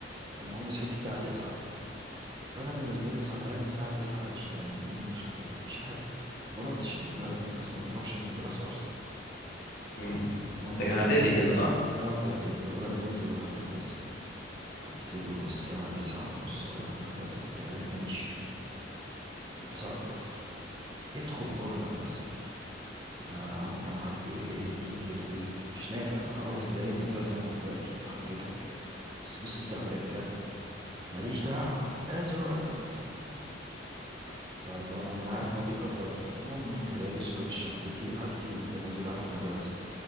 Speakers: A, on the right; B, on the left.
A: المهم صحيت الساعه 9 فانا بالنسبه لي صحيان الساعه 9 قشطه يعني ايه المشكله مفيش حاجه ما روحتش المدرسه الناس ما بتروحش المدرسه اصلا
B: مم.
A: المهم
B: ده
A: ابويا
B: كان اعدادي
A: قال
B: كده
A: لي
B: صح
A: اه في اعدادي ابويا قال لي انزل روح المدرسه قلت له الساعه 9 ونص اروح المدرسه ازاي قال لي ماليش فيه اتصرف ادخل جوه المدرسه يا عم يا حاج يهديك يرضيك مش نافع هروح ازاي المدرسة انا دلوقتي حضرتك بس بص الساعة بقت كام ماليش دعوة انزل روح المدرسة فطبعا انا عارف ان هو بيقدرني فالمهم انت لابس لابس شنطتي وحاجتي وقمت نازل رايح المدرسة